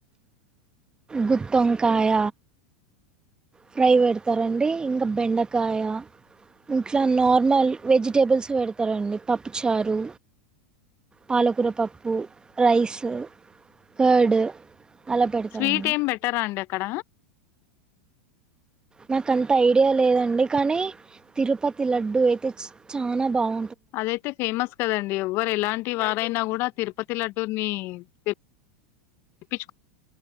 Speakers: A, on the right (about 15°); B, on the left (about 45°).
A: గుతొంకాయ ఫ్రై పెడతారండి ఇంకా బెండకాయ ఇంట్లా నార్మల్ వెజిటేబుల్స్ పెడతారండి పప్పుచారు పాలకూర పప్పు రైస్ కర్డ్ అలా పెడతారండి.
B: స్వీట్ ఏం బెట్టార అండి అక్కడ
A: నాకంత ఐడియా లేదండి కానీ తిరుపతి లడ్డూ అయితే చాలా బాగు
B: అదైతే ఫేమస్ కదండి ఎవ్వరు ఎలాంటి వారైనా కూడా తిరుపతి లడ్డూర్ని తే ప్పీచ్